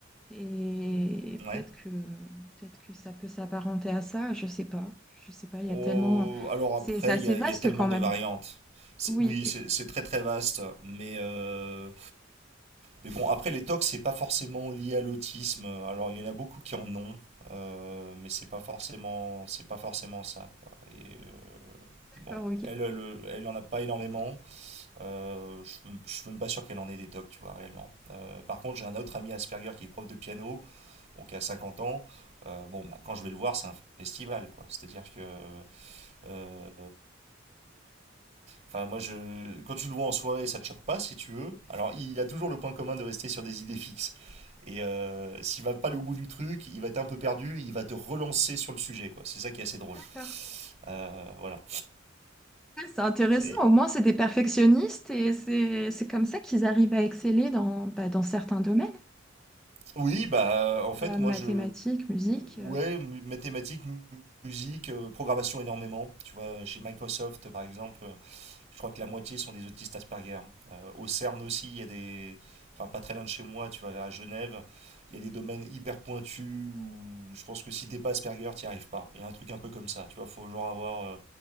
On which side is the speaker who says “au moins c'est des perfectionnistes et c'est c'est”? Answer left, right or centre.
Centre